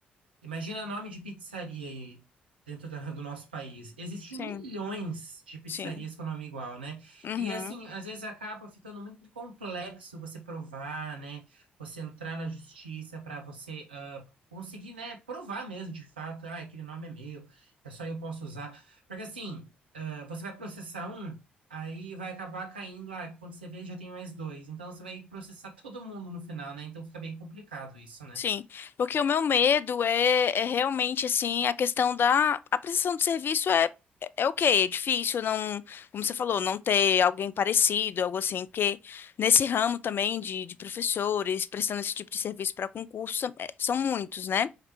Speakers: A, on the right (about 85°); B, on the left (about 45°).
A: Imagina nome de pizzaria aí dentro da- do nosso país. Existem
B: Sim.
A: milhões de pizzarias
B: Sim.
A: com nome igual, né?
B: Uhum.
A: E assim, às vezes acaba ficando muito complexo você provar, né? Você entrar na justiça para você ah, conseguir, né, provar mesmo de fato, ah, aquele nome é meu, é só eu posso usar. Porque assim, ah, você vai processar um, aí vai acabar caindo, ah, quando você vê já tem mais dois. Então você vai processar <laughs> todo mundo no final, né? Então fica bem complicado isso, né?
B: Sim, porque o meu medo é, é realmente assim a questão da a prestação de serviço é é é o ok, é difícil não, como você falou, não ter alguém parecido, algo assim, porque nesse ramo também de, de professores prestando esse tipo de serviço para concurso é, são muitos, né?